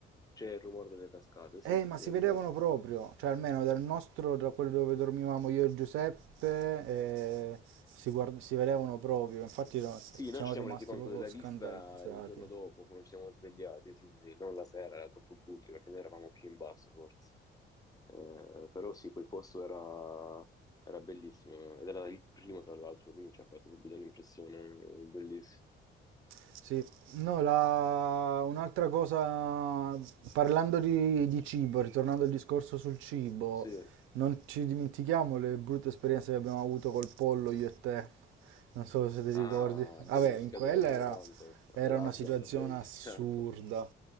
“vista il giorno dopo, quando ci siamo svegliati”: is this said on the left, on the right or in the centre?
Left